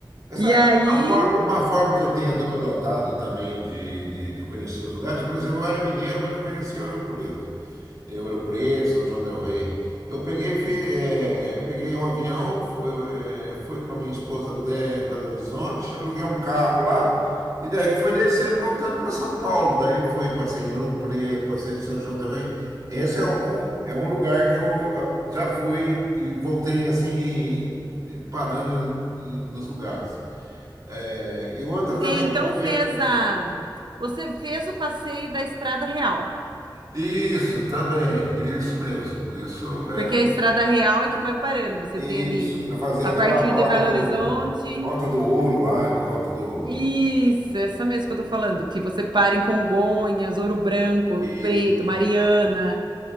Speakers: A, on the right; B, on the right.
A: essa
B: E aí,
A: é uma forma, uma forma que eu tenho ado- adotado também de, de, de conhecer os lugares. Por exemplo, eu era mineiro, mas não conhecia Ouro Preto. eh, Ouro Preto, São João del Rei. Eu peguei, fi- eh, peguei um avião, fu- eu, eh, fui com a minha esposa até Belo Horizonte, aluguei um carro lá, e daí fui descendo e voltando para São Paulo. Daí eu fui, passei em Ouro Preto, passei em São João del Rei. Esse é um, é um lugar que eu ah, já fui e voltei assim, e- e parando em- em- nos lugares. Eh, e outra também
B: então
A: que eu fui.
B: fez
A: a-
B: a, você fez o passeio da Estrada Real,
A: Isso, também, isso mesmo. Isso é
B: porque a Estrada Real é que vai parando. Você
A: Isso,
B: tem ali
A: que fazer
B: a
A: aquela
B: partir
A: rota
B: de Belo
A: do
B: Horizonte.
A: rota do ouro lá, do- rota do
B: Isso,
A: né?
B: essa mesmo que eu tô falando, que você para em Congonhas, Ouro Branco, Ouro
A: e
B: Preto, Mariana,